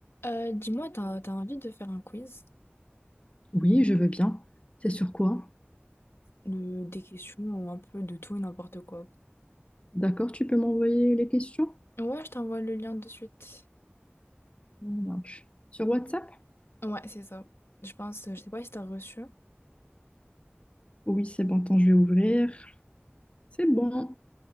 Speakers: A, on the left; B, on the left.
A: Euh, dis-moi, t'as, t'as envie de faire un quiz
B: Oui, je veux bien. C'est sur quoi?
A: de, des questions un peu de tout et n'importe quoi.
B: D'accord, tu peux m'envoyer les questions?
A: Ouais, je t'envoie le lien de suite.
B: Ça marche. Sur WhatsApp?
A: Ouais, c'est ça. Je pense, je sais pas si t'as reçu.
B: Oui, c'est bon, attends, je vais ouvrir. C'est bon.